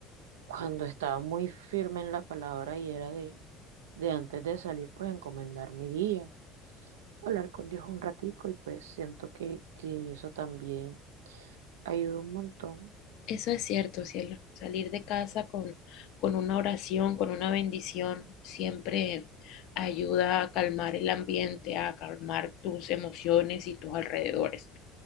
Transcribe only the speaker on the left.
Eso es cierto, cielo. Salir de casa con, con una oración, con una bendición, siempre ayuda a calmar el ambiente, a calmar tus emociones y tus alrededores.